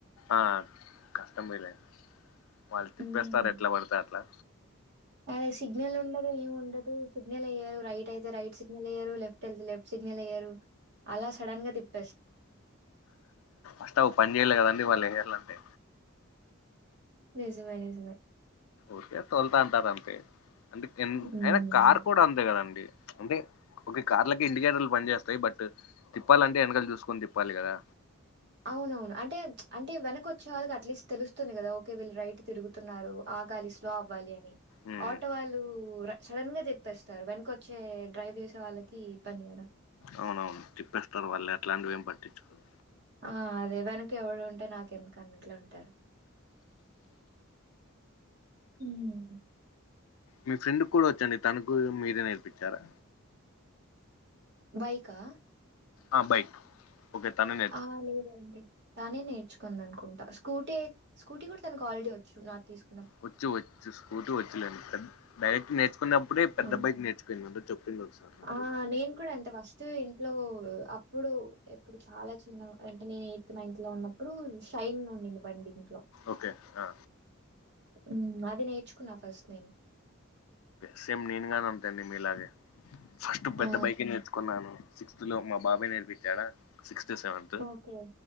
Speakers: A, on the left (about 80°); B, on the right (about 55°).
A: ఆ కష్టం మేలే వాళ్ళు తిప్పేస్తారు.
B: హ్మ్.
A: ఎట్లా పడీతే అట్లా
B: అదే సిగ్నల్ ఉండదు. ఏమి ఉండదు సిగ్నల్ ఏయ్యారు రైట్ అయితే రైట్ సిగ్నల్ వేయ్యారు లెఫ్ట్ తెలుసు లెఫ్ట్ సిగ్నల్ ఏయ్యారు అలా సడన్ గా తిప్ప
A: అస్త పని చేయలే గదండి వాళ్ళు పని లేకలీ అంటే
B: నిజమే నిజమే
A: ఓకే తొల్తరు అంటారు. అంతే అంటే ఎమయిన
B: హ్మ్.
A: కార్ కూడా అంతే కాదా అండి అంటే కొన్ని కార్లకి ఇండికేటర్లు పని చేస్తాయి అంతే తిప్పాలంటే వెనకల చూసుకొని తిప్పాలి కదా
B: అవునవును అంటే అంటే వెనక వచ్చే వాళ్ళకి అట్లీస్ట్ తెలుస్తుంది. కదా ఓకే వీళ్ళు రైట్ తిరుగు తున్నారు ఆగాలి స్లో అవ్వాలి అని
A: ఉమ్,
B: ఆటో వాళ్ళు సడన్ గా తీప్పేస్తారు వెనక వచ్చే వాళ్ళు డ్రైవ్ చేసే వాళ్ళకి ఇబ్బంది కదా
A: అవునవును తిప్పేస్తారు వాళ్ళు ఎట్లాంటివి ఏం పట్టించుకోరు
B: ఆ అదే ఎవనికి ఎవడు ఉంటే నాకు ఎందుకు అన్నట్లు ఉంటారు మ్
A: మీ ఫ్రెండ్ కూడా వచ్చు అండి తనకు మీరే నేర్పించారా
B: బైకా
A: ఆ బైక్ ఓకే తనా నే
B: ఆ లేదండి తానే నేర్చుకుంది అనుకుంటా స్కూటీ స్కూటీ కూడా తన అర్ రెడి వచ్చు నాదితీసుకు
A: వ చ్చు వచ్చుస్కూటీ వచ్చు లె అండి కాని డైరెక్ట్ నేర్చు కున్నప్పుడే పెద్ద
B: హ్మ్.
A: బైకు నేర్చుకు వుంది చెప్పింది నాకు ఒకసారి
B: ఆ! నేను కూడా అంతే వస్ తూ ఇంట్లో అప్పుడు ఎప్పుడు చాలా చిన్న అంటే నేను ఎయిత్ లో నైన్త్ లో ఉన్న ప్పుడు షైన్ ఉన్నింది బండి ఇంట్లో
A: ఓకే ఆ
B: ఉమ్ అది నేర్చుకున్నా ఫస్ట్ నేను
A: సేమ్ నేను గానీ అంతే అండి మీ లాగే ఫస్ట్ పెద్ద
B: ఆ!
A: బైకే నేర్చు కన్నాను సిక్స్త్ లో మా బాబాయి నేర్పిచ్చాడా సిక్స్త్ సెవెన్త్
B: ఓకే.